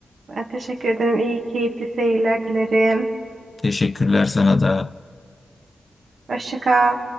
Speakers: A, on the right; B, on the left.
A: Ben teşekkür ederim. İyi, keyifli seyirler dilerim.
B: Teşekkürler sana da.
A: Hoşça kal.